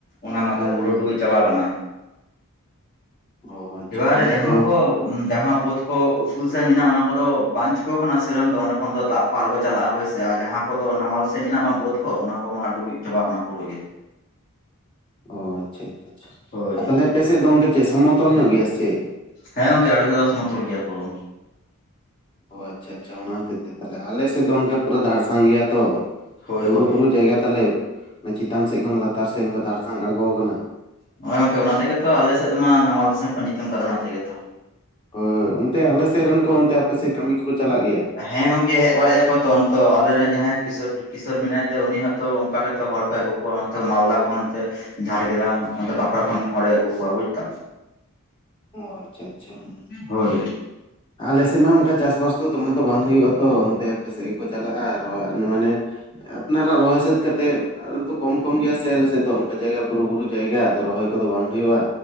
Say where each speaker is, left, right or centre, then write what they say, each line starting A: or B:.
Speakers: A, on the left (about 40°); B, on the left (about 25°).
A: ᱚᱱᱟ ᱢᱟᱛᱚ
B: ᱦᱮᱸ
A: ᱯᱩᱨᱟᱹ
B: ᱦᱮᱸ
A: ᱰᱩᱵᱩᱡ ᱪᱟᱵᱟ ᱠᱟᱱᱟ᱾
B: ᱚ ᱟᱪᱪᱷᱟ
A: ᱮᱵᱟᱨ
B: ᱛᱟᱦᱚᱞᱮ
A: ᱡᱟᱸᱦᱟ
B: ᱛᱚ
A: ᱠᱚ ᱡᱟᱸᱦᱟ ᱵᱟᱹᱛ ᱠᱚ ᱩᱥᱩᱞ ᱥᱟᱦᱤᱡ ᱢᱮᱱᱟᱜᱼᱟ ᱚᱱᱟ ᱠᱚᱫᱚ ᱵᱟᱝ ᱪᱤᱠᱟᱹ ᱟᱠᱟᱱᱟ ᱥᱮᱨᱟᱢ ᱫᱚ ᱚᱸᱰᱮ, ᱚᱸᱰᱮ ᱠᱷᱚᱱ ᱫᱚ ᱫᱟᱜ ᱟᱲᱜᱳ ᱪᱟᱞᱟᱜᱟ ᱦᱳᱭ ᱥᱮ, ᱥᱮ ᱡᱟᱸᱦᱟ ‌ᱠᱚᱫᱚ ᱱᱟᱢᱟᱞ ᱥᱮ ᱢᱮᱱᱟᱜ ᱵᱟᱝ ᱵᱟᱹᱛ ᱠᱚ ᱚᱱᱟ ᱠᱚᱢᱟ ᱰᱩᱵᱩᱡ ᱪᱟᱵᱟ ᱟᱠᱟᱱᱟ ᱯᱩᱨᱟᱹᱜ ᱜᱮ᱾
B: ᱚ ᱟᱪᱪᱷᱟ ᱟᱪᱪᱷᱟ ᱟᱪᱪᱷᱟ
A: ᱦᱳᱭ
B: ᱛᱟᱦᱞᱮ ᱟᱯᱮ ᱥᱮᱫ ᱫᱚ ᱚᱱᱠᱟ ᱪᱮᱫ ᱥᱚᱢᱚᱛᱚᱞ ᱧᱚᱜ ᱜᱮᱭᱟ ᱥᱮ?
A: ᱦᱮᱸ ᱜᱚᱝᱠᱮ ᱟᱞᱮ ᱥᱮᱫ ᱫᱚ ᱥᱚᱢᱚᱛᱚᱞ ᱜᱮᱭᱟ ᱯᱩᱨᱟᱹ᱾
B: ᱚ ᱟᱪᱪᱷᱟ ᱟᱪᱪᱷᱟ ᱚᱱᱟ ᱦᱚᱛᱮᱡ ᱛᱮ ᱛᱟᱦᱞᱮ ᱟᱞᱮ ᱥᱮᱫ ᱫᱚ ᱚᱱᱠᱟ ᱯᱩᱨᱟᱹ ᱫᱷᱟᱲᱥᱟᱝ ᱜᱮᱭᱟ ᱛᱚ᱾
A: ᱦᱳᱭ
B: ᱵᱩᱨᱩ
A: ᱦᱳᱭ
B: ᱵᱩᱨᱩ ᱡᱟᱭᱜᱟ ᱛᱟᱞᱮ ᱪᱮᱛᱟᱱ ᱥᱮᱫ ᱠᱷᱚᱱ ᱞᱟᱛᱟᱨ ᱥᱮᱫ ᱚᱱᱠᱟ ᱫᱟᱲᱥᱟᱝ ᱟᱲᱜᱳ ᱠᱟᱱᱟ᱾
A: ᱱᱚᱜᱼᱚ ᱜᱚᱝᱠᱮ ᱚᱱᱟ ᱛᱮᱜᱮ ᱛᱚ ᱟᱞᱮ ᱥᱮᱫ ᱫᱚ ᱢᱟ ᱱᱟᱢᱟᱞ ᱫᱤᱥᱚᱢ ᱠᱷᱚᱱ ᱧᱩᱛᱩᱢ ᱠᱟᱫᱟ ᱚᱱᱟ ᱛᱮᱜᱮ ᱛᱚ᱾
B: ᱦᱳᱭ ᱦᱳᱭ ᱚᱱᱛᱮ ᱟᱞᱮ ᱥᱮᱫ ᱨᱮᱱ ᱠᱚ ᱚᱱᱛᱮ ᱟᱯᱮ ᱥᱮᱫ ᱠᱟᱹᱢᱤ ᱠᱚᱠᱚ ᱪᱟᱞᱟᱜ ᱜᱮᱭᱟ?
A: ᱦᱮᱸ ᱜᱚᱝᱠᱮ ᱦᱮᱡ ᱵᱟᱲᱟᱜ ᱜᱮᱭᱟ ᱠᱚ ᱛᱚ ᱚᱱᱛᱮ ᱟᱞᱮ ᱨᱮᱱ ᱡᱟᱦᱟᱸᱭ ᱠᱤᱥᱟᱹᱲ, ᱠᱤᱥᱟᱹᱲ ᱢᱮᱱᱟᱭ ᱛᱟᱭ ᱩᱱᱤ ᱦᱚᱸᱛᱚ ᱚᱱᱠᱟ ᱜᱮᱛᱚ ᱦᱚᱲ ᱠᱚ ᱟᱹᱜᱩ ᱠᱚᱣᱟ ᱚᱱᱛᱮ ᱢᱟᱞᱫᱟ ᱠᱷᱚᱱ ᱛᱮ, ᱡᱷᱟᱲᱜᱮᱨᱟᱢ ᱚᱱᱛᱮ ᱵᱟᱸᱠᱩᱲᱟ ᱠᱷᱚᱱ ᱦᱚᱲ ᱮ ᱟᱹᱜᱩ ᱠᱚᱣᱟ ᱵᱩᱡ ᱫᱟᱢ?
B: ᱚ ᱟᱪᱪᱷᱟ ᱟᱪᱪᱷᱟ ᱦᱮᱸ
A: ᱦᱳᱭ
B: ᱟᱞᱮ ᱥᱮᱫ ᱢᱟ ᱚᱱᱠᱟ ᱪᱟᱥ ᱵᱟᱥ ᱫᱚ ᱫᱚᱢᱮ ᱫᱚ ᱵᱟᱝ ᱦᱩᱭᱩᱜᱼ ᱟ ᱛᱚ ᱚᱱᱛᱮ ᱟᱯᱮ ᱥᱮᱫ ᱜᱮ? ᱠᱚ ᱪᱟᱞᱟᱜᱼᱟ ᱨᱚᱦᱚᱭ ᱢᱟᱱᱮ ᱟᱯᱱᱟᱨᱟᱜ ᱨᱚᱦᱚᱭ ᱥᱟᱹᱛ ᱠᱟᱛᱮᱜ ᱠᱚᱢ ᱠᱚᱢ ᱜᱮᱭᱟ ᱥᱮ ᱟᱞᱮ ᱥᱮᱫ ᱫᱚ ᱚᱱᱠᱟ ᱡᱟᱭᱜᱟ ᱵᱩᱨᱩ ᱵᱩᱨᱩ ᱡᱟᱭᱜᱟ, ᱨᱚᱦᱚᱭ ᱠᱚᱫᱚ ᱵᱟᱝ ᱦᱳᱭᱳᱜᱼᱟ᱾